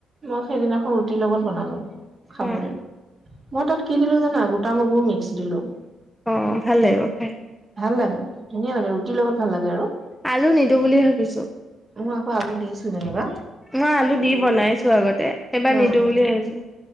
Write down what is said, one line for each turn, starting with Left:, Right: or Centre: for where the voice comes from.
Right: মই সেইদিনাখন ৰুটিৰ লগত বনালো খাবলৈ।
Centre: অ
Right: মই তাত কি দিলো জানা গোটা মগু মিক্স দিলো।
Centre: অ ভাল লাগিব খায়।
Right: ভাল লাগে ধুনীয়া লাগে ৰুটিৰ লগত ভাল লাগে আৰু।
Centre: আলু নিদো বুলি ভাবিছো।
Right: মই আকৌ আলু দিছোঁ যেনিবা।
Centre: মই আলু দি বনাইছো আগতে
Right: উম,
Centre: এবাৰ নিদো
Right: উম।
Centre: বুলি ভাবিছো।